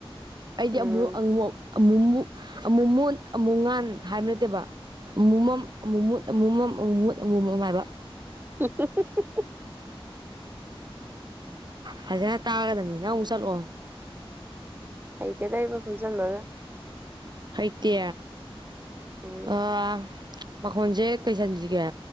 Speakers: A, on the right; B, on the right.
A: ꯑꯩꯗꯤ
B: ꯎꯝ
A: ꯑꯃꯨꯛ ꯑꯃꯨꯃꯨꯛ ꯑꯃꯨꯛ ꯃꯨꯠ ꯑꯃꯨꯛ ꯉꯥꯟ ꯍꯥꯏꯕ ꯅꯠꯇꯦꯕ ꯑꯃꯨꯛ ꯃꯝ ꯑꯃꯨꯛ ꯃꯨꯠ ꯑꯃꯨ ꯃꯝ ꯑꯃꯨꯛ ꯃꯨꯠ ꯑꯃꯣ ꯑꯃ ꯑꯃꯥꯏꯕ
B: <unintelligible>
A: ꯐꯖꯅ ꯇꯥꯒꯗꯅꯤ ꯅꯪ ꯑꯃꯨꯛ ꯆꯠꯂꯑꯣ
B: ꯍꯩꯇꯦꯗꯩꯕ ꯈꯨꯝꯁꯟꯂꯒ
A: ꯍꯩꯇꯦ
B: ꯎꯝ
A: ꯑꯥ ꯄꯈꯣꯡꯁꯦ ꯀꯩ ꯆꯟꯁꯤꯒꯦ